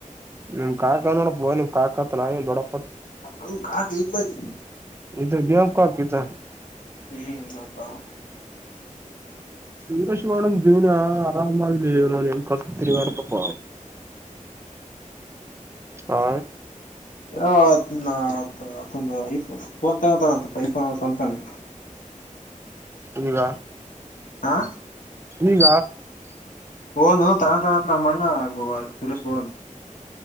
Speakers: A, on the right; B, on the left.
A: ನಿಮ್ ಕಾಕಾ ನೋಡಪೊ ನಿಮ್ ಕಾಕಾತ್ ಏನ್ ನ ದೊಡ್ಡಪ್.
B: ಅವು ಕಾಕ <unintelligible> ಇಲ ನೀ
A: ಇದು <unintelligible> ಗಾಮ ಕಿತ
B: ಹ್ಮ್ ಆತ
A: ವೀರೇಶ್ ಗೌಡನ ಜೀವನ ಆರಾಮ ಆಲಿ ನ <unintelligible> ತಿರಗಡತಪ್ಪ. ಹಾ
B: ಯ ಆತನ ಆತ ಆತೊಂದ ಐಫೋನ್ ಫೋನ್ ತಗೊಂತ ಐಫೋನ್ ಸ್ಯಾಮ್ಸಂಗ್.
A: ಈಗ
B: ಆ
A: ಈಗ
B: ಫೋನ್ ತಗಂಡಂಥ ನಮ್ಮಣ್ಣ ಸುರೇಶ್ ಗೌಡ